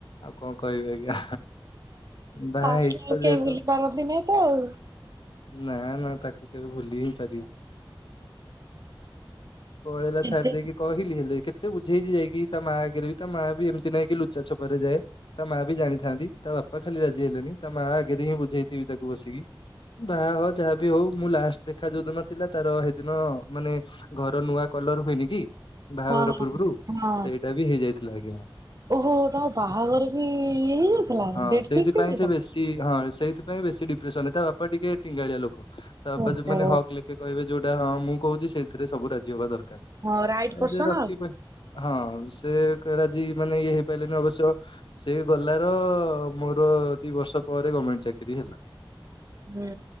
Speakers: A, on the left (about 65°); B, on the right (about 40°).
A: ଆଉ କଣ କହିବି ଆଜ୍ଞା ବା
B: ଫାଷ୍ଟ
A: ହେଇଛି
B: ଆଉ
A: ତ
B: କେହି
A: ଯେହେତୁ
B: ଭୁଲି ପାରନ୍ତିନି ତ ଆଉ
A: ନା ନା ତାକୁ କେବେ ଭୁଲି ହେଇପାରିବି ପଳେଇଲା
B: ଜେଜେ
A: ଛାଡି ଦେଇେଇକି କହିଲି ହେଲେ କେତେ ଏତେବୁଝେଇଛି ଯାଇକି ତା ମାଆ ଆଗରେ ବି ତା ମା ବି ଏମିତିଇଁ କି ଲୁଚାଛପାରେ ଯାଏ। ତା ମା ବି ଜାଣିଥାନ୍ତି ତା ବାପା ଖାଲି ରାଜି ହେଲେନି ତା ମା ଆଗରେ ହିଁ ବୁଝେଇଥିବି ତାକୁ ବସିକି। ବାହା ହ ଯାହାବି ହଉ ମୁଁ ଲାଷ୍ଟ ଦେଖା ଯୋଉ ଦିନ ଥିଲା ତାର ସେଇଦିନ ମାନେ ଘର ନୂଆ କଲର ହୁଏନି କି, ବାହାଘର
B: ହଁ
A: ପୂର୍ବରୁ
B: ହଁ
A: ସେଇଟା ବି ହେଇଯାଇଥିଲା ଆଜ୍ଞା।
B: ଓହୋ ତମ ବାହାଘର ବି ଇଏ ହେଇଯାଇଥିଲା,
A: ହଁ
B: ଡେଟ୍
A: ସେଇଥିପାଇଁ
B: ଫିକ୍ସ ହେଇଯାଇଥିଲା।
A: ସେ ବେଶୀ ହଁ ସେଇଥିପାଇଁ ବେଶୀ ଡିପ୍ରେସନ ରେ ତା ବାପା ଟିକେ ଟିଙ୍ଗାଳିଆ ଲୋକ। ତା ବାପା
B: ଓହୋ
A: ଯଉ ହଁ କହିଲେ କି କହିବେ ଯୋଉଟା ହଁ ମୁଁ କହୁଛି ସେଇଥିରେ ସବୁ ରାଜି ହବା ଦରକାର।
B: ହଁ ରାଇଟ
A: ଆଉ
B: ପର୍ସନ
A: ସେ ରଖିବା ହଁ ସେ ରାଜି ମାନେ ଇଏ ହେଇପାରିଲେନି ଅବଶ୍ୟ ସେ ଗଲାର ମୋର ଦି ବର୍ଷ ପରେ ଗମେଣ୍ଟ ଚାକିରୀ ହେଲା।
B: ହୁଁ